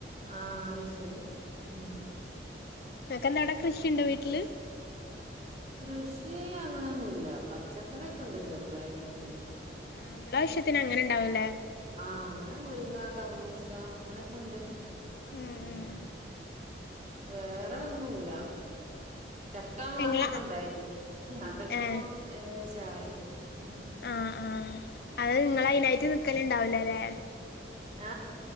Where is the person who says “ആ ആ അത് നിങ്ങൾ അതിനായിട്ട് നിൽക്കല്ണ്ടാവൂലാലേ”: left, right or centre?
Left